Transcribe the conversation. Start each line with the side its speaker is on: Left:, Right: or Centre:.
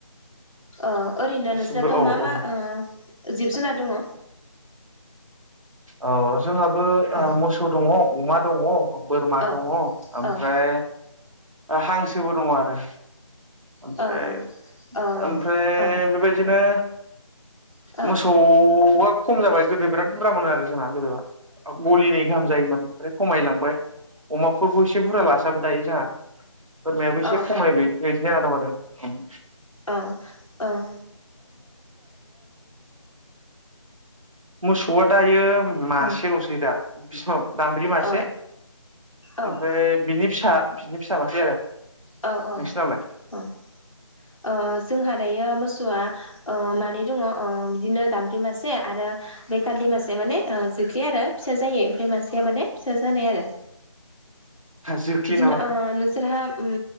Left: अ ओरिनो
Right: दासिमबो
Left: नोंस्रा थ'
Right: औ
Left: मा मा
Right: औ
Left: ओ जिब जुनार दङ?
Right: औ जोंहाबो
Left: औ
Right: ओ मोसौ दङ अमा दङ बोरमा
Left: औ
Right: दङ ओमफ्राय
Left: औ औ
Right: ओ हांसोबो दङ आरो
Left: औ
Right: ओमफ्राय
Left: औ औ
Right: ओमफ्राय
Left: औ
Right: बेबायदिनो
Left: औ
Right: मोसौ आ खम जाबाय गोदो बिराद बुरजा मोन आरो जोंहा गोदो गलिनै गाहाम जायोमोन ओमफ्राय खमायलांबाय अमाखौ एसे बुरजा लासाबो दायो जोंहा। बोरमायाबो
Left: औ
Right: एसे खमाय बिदि जाना दं आरो <unintelligible>
Left: अ ओं
Right: मोसौआ दायो
Left: औ
Right: मासेलसै दा बिसिबां दामब्रि मासे
Left: औ औ
Right: ओमफ्राय बिनि फिसा बिनि फिसा मासे आरो
Left: औ औ
Right: नोंसिनावलाय
Left: औ ओ जोंहा दायो मोसौ सौवा ओ मानै दङ ओ बिदिनो दामब्रि मासे आरो बेै खालि मासेया माने जोख्लि आरो फिसा जायि ओमफ्राय मासेया माने फिसा जानाय आरो
Right: जोख्लि
Left: बिदिनो
Right: नामा
Left: ओ नोंसोरहा ओम